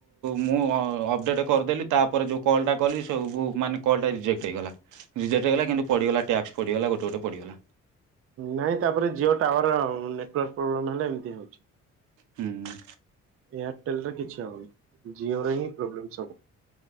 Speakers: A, on the right (about 80°); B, on the right (about 50°).
A: ମୁଁ ଅ-ଅପଡେଟ କରିଦେଲି ତାପରେ ଯଉ କଲ୍ ଟା କଲି ସେ ଉ-ବୁ-ମାନେ କଲ୍ ଟା ରେଜେକ୍ଟ ହେଇଗଲା। ରିଜେକ୍ଟ ହେଇଗଲା କିନ୍ତୁ ପଡ଼ିଗଲା ଟ୍ୟାକ୍ସ ପଡ଼ିଗଲା ଗୋଟେ ଗୋଟେ ପଡ଼ିଗଲା।
B: ନାଇଁ ତାପରେ ଜିଓ ଟାୱାର ନେଟୱାର୍କ ପ୍ରୋବ୍ଲେମ ହେଲେ ଏମିତି ହଉଛି।
A: ହୁଁ।
B: ଏୟାରଟେଲରେ କିଛି ହେବନି ଜିଓରେ ହିଁ ପ୍ରୋବ୍ଲେମ୍ ସବୁ।